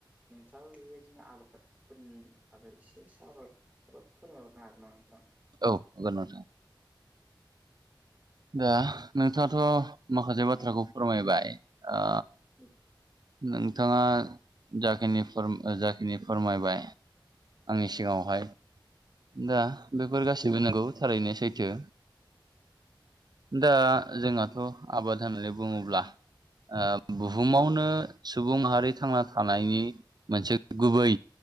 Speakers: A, on the right; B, on the right.
A: नोंथाङाबो बेबायदिनो आबादफोरनि बागै एसे सावरायनो बा फोरमायहरनो हागोन ना नोंथां
B: औ हागोन नोंथां दा नोंथाङाथ' माखासे बाथ्राखौ फोरमायबाय ओ
A: <unintelligible>
B: नोंथाङा जाखिनि जाखिनि फोरमायबाय आंनि सिगाङावहाय दा बेफोर गासैबो नंगौ थारैनो सैथो दा जोंहाथ' आबाद होननानै बुङोब्ला ओ बुहुमावनो सुबुं माहारि थांना थानायनि मोनसे गुबै